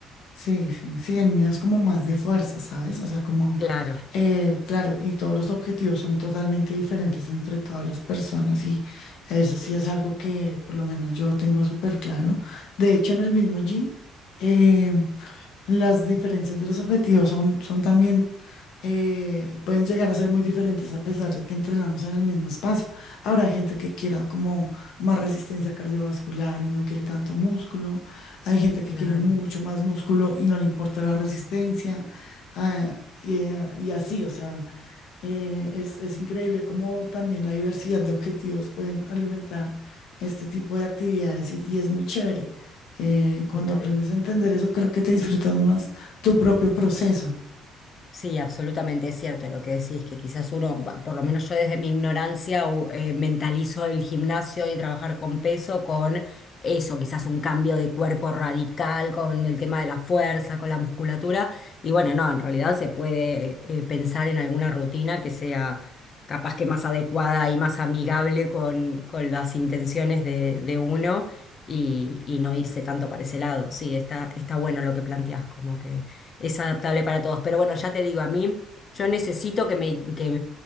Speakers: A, on the left; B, on the left.
A: Sí, sí, sí. El mío es como más de fuerza, ¿sabes? O sea, como,
B: Claro,
A: eh, claro, y todos los objetivos son totalmente diferentes entre todas las personas y eso sí es algo que por lo menos yo tengo súper claro. De hecho, en el mismo gym. eh, Las diferencias de los objetivos son, son también, eh, pueden llegar a ser muy diferentes a pesar de que entrenamos en el mismo espacio. Habrá gente que quiera como más resistencia cardiovascular y no quiere tanto músculo. Hay gente que
B: claro,
A: quiere mucho más músculo y no le importa la resistencia. ah, y, eh, y así, o sea, eh, es, es increíble cómo también la diversidad de objetivos pueden alimentar este tipo de actividades y y es muy chévere. Eh, cuando
B: totalmente.
A: aprendes a entender eso, creo que te disfrutas más tu propio proceso.
B: Sí, absolutamente es cierto lo que decís, que quizás uno, va- por lo menos yo desde mi ignorancia, u- eh, mentalizo el gimnasio y trabajar con peso con eso, quizás un cambio de cuerpo radical, con el tema de la fuerza, con la musculatura. Y bueno, no, en realidad se puede eh, pensar en alguna rutina que sea capaz que más adecuada y más amigable con, con las intenciones de, de uno y, y no irse tanto para ese lado. Sí, está, está bueno lo que planteás, como que es adaptable para todos. Pero bueno, ya te digo, a mí yo necesito que me, que